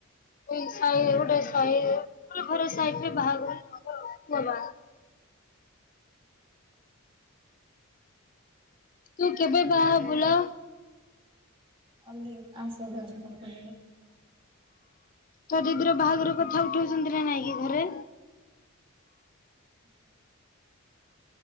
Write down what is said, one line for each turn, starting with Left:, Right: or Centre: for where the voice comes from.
Left: ଏଇ ସାହିରେ ଗୋଟେ ସାହି ଘରେ ସାଇଟରେ ବାହାଘର ବାବା <unintelligible> ତୁ କେବେ ବାହା ହବୁଲୋ?
Right: କାଲି ଆସେ ଭୋଜି ଖାଇବା
Left: ତୋ ଦିଦିର ବାହାଘର କଥା ଉଠଉଛନ୍ତି ନା ନାଇଁ କିି ଘରେ?
Right: ହ <inaudible>